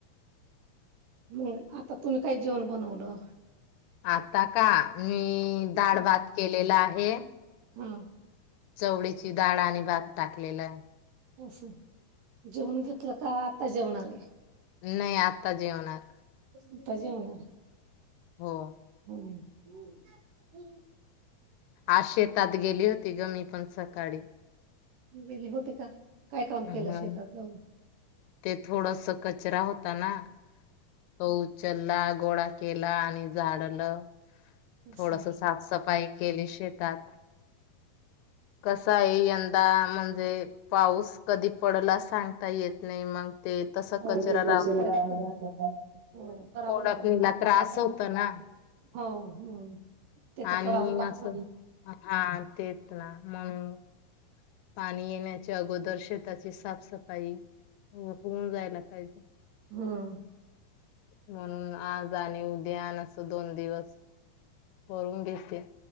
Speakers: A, on the right (about 70°); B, on the left (about 80°).
A: मग आता तुम्ही काय जेवण बनवलं?
B: आता का? मी दाळ भात केलेला आहे.
A: हां.
B: चवडीची डाळ आणि भात टाकल लेला.
A: औषध जेवण घेतलं का? आता जेवणार आहे.
B: नाही आता जेवणार.
A: आता जेवणार.
B: हो.
A: हम्म. <inaudible>
B: आज शेतात गेली होती ग मी पण सकाळी.
A: गेली होती का? काय काम
B: हा
A: केलं शेतात जाऊन
B: ते थोडस कचरा होता ना तो उचलला गोळा केला आणि झाडलं
A: असं
B: थोडस साफसफाई केली शेतात. कस आहे यंदा म्हणजे पाऊस कधी पडला सांगता येत नाही मग
A: हो
B: ते तस कचरा
A: हो करावं
B: कोरडा
A: लागणार
B: पडला
A: ना
B: तर आस होत ना
A: हो मग ते तर
B: आणि
A: करावं लागत
B: असं हा तेच ना म्हणून ह पाणी येण्याच्या अगोदर शेताची साफसफाई होऊन जायला पाहिजे.
A: हम्म
B: म्हणून आज आणि उद्यान असं दोन दिवस करून घेते.